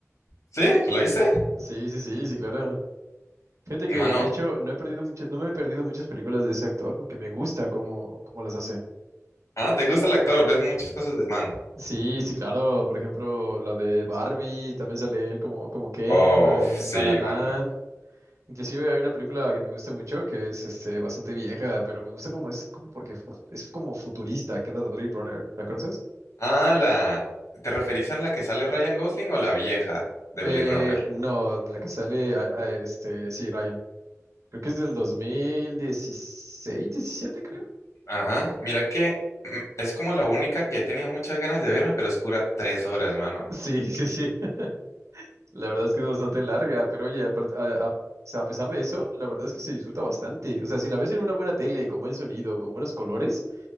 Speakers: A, on the left; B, on the right.
A: ¿Sí? ¿La viste?
B: Sí, sí, sí, sí, claro. Fíjate que,
A: Mano,
B: de hecho, no he perdido mucho, no me he perdido muchas películas de ese actor porque me gusta cómo, cómo las hace.
A: ah, ¿te gusta el actor? ¿Ves muchas cosas del man?
B: Sí, sí, claro. Por ejemplo, la de Barbie, también sale él como, como Ken,
A: Oh,
B: la de
A: sí,
B: La La Land.
A: mano.
B: Inclusive hay una película que me gusta mucho, que es este, bastante vieja, pero me gusta como es, como porque fu- es como futurista, que es la de Blade Runner. ¿La conoces?
A: Ah, la... ¿Te referís a la que sale Ryan Gosling o la vieja de
B: Eh,
A: Blade Runner?
B: no, la que sale, a- a este, sí, Ryan. Creo que es del 2016, 17, creo. <laughs>
A: Ajá, mira que mm, es como la única que he tenido muchas ganas de verme, pero es que dura tres horas, mano.
B: Sí, sí, sí. <laughs> La verdad es que es bastante larga, pero oye, apart- a, a- o sea, a pesar de eso, la verdad es que se disfruta bastante. O sea, si la ves en una buena tele, con buen sonido, con buenos colores,